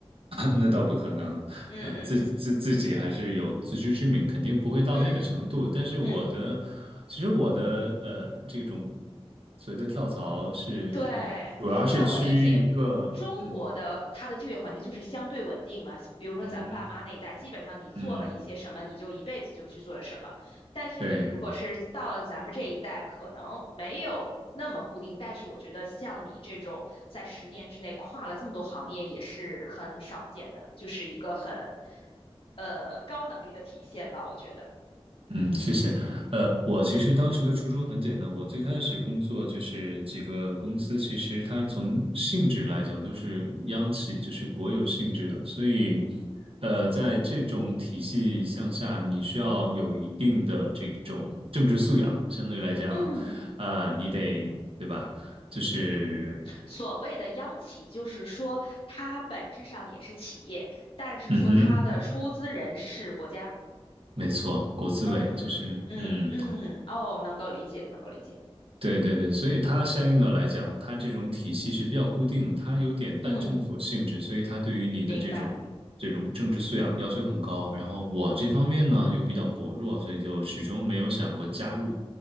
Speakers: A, on the right; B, on the left.
A: <laughs> 那倒不可能，
B: 嗯嗯嗯
A: 嗯，自自自己还是有自知之明，肯定不会到那个程度，
B: 嗯嗯
A: 但是我的，
B: 嗯嗯。
A: 其实我的呃这种所谓的跳槽是，
B: 对，
A: 主要是趋于一个，
B: 在我理解，中国的它的就业环境就是相对稳定嘛。
A: 嗯
B: 比如说咱爸妈那一代，
A: 嗯哼，
B: 基本上你做了一些什么，
A: 嗯，
B: 你就一辈子就去做什么。但是你如果是到了咱们这一代，
A: 对。
B: 可能没有那么固定。但是我觉得像你这种在十年之内跨了这么多行业，也是很少见的，就是一个很呃高能力的体现吧，我觉得。
A: 嗯，谢谢。呃，我其实当时的初衷很简单，我最开始工作就是几个公司，其实它从性质来讲都是央企，就是国有性质的，所以，呃，在这种体系向下，你需要有一定的这种政治素养，相对来讲，
B: 嗯。
A: 啊、你得，对吧？就是，
B: 所谓的央企，就是说它本质上也是企业，但是说它的出资人是国家。
A: 嗯哼，没错，国资委就是，
B: 嗯嗯嗯，
A: 嗯。
B: 哦，能够理解，能够理解。
A: 对对对，所以它相应的来讲，它这种体系是比较固定，它有点半政府性质，
B: 嗯，
A: 所以它对于你的这种这种政治素养要求很高。
B: 明白。
A: 然后我这方面呢又比较薄弱，所以就始终没有想过加入。